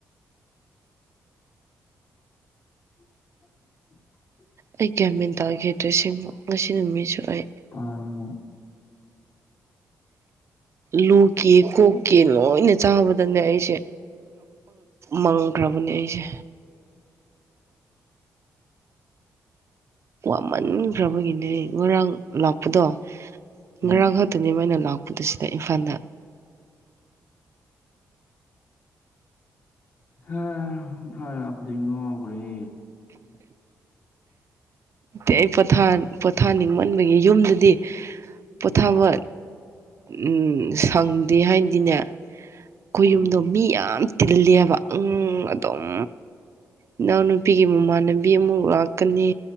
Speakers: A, on the left; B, on the right.
A: <inaudible>
B: ꯑꯩ ꯒ꯭ꯌꯥꯃꯦꯟ ꯇꯥꯒꯦꯗ꯭ꯔꯦꯁꯤꯡꯕꯨ ꯉꯁꯤ ꯅꯨꯃꯤꯠꯁꯨ ꯑꯩ
A: ꯇꯔꯨꯅꯨ
B: ꯂꯨꯀꯦ ꯀꯣꯛꯀꯦ ꯂꯣꯏꯅ ꯆꯥꯕꯗꯅꯦ ꯑꯩꯁꯦ ꯃꯪꯈ꯭ꯔꯕꯅꯦ ꯑꯩꯁꯦ ꯋꯥꯃꯟꯈ꯭ꯔꯕꯒꯤꯅꯦ ꯉꯔꯥꯡ ꯂꯥꯛꯄꯗꯣ
A: ꯎꯝ
B: ꯉꯔꯥꯡ ꯑꯗꯨꯅꯦ ꯃꯣꯏꯅ ꯂꯥꯛꯄꯗꯨꯁꯤꯗ ꯏꯝꯐꯥꯜꯗ
A: ꯍ ꯏꯐꯥ ꯂꯥꯛꯄꯗꯤ ꯉꯥꯎꯈ꯭ꯔꯦ
B: ꯑꯩ ꯄꯣꯊ ꯄꯣꯊꯥꯅꯤꯡꯃꯟꯕꯒꯤ ꯌꯨꯝꯗꯨ ꯗꯤ ꯄꯣꯊꯥꯕ ꯎꯝ ꯁꯪꯗꯦ ꯍꯥꯏꯅꯗꯤꯅꯦ ꯈꯣꯏꯌꯨꯝꯗꯣ
A: ꯎꯝ
B: ꯃꯤ ꯌꯥꯝ ꯇꯤꯜꯂꯦꯕ ꯑꯗꯨꯝ ꯏꯅꯥꯎꯅꯨꯄꯤꯒꯤ ꯃꯃꯥꯟꯅꯕꯤ ꯑꯃꯨꯛ ꯂꯥꯛ ꯀꯀꯅꯤ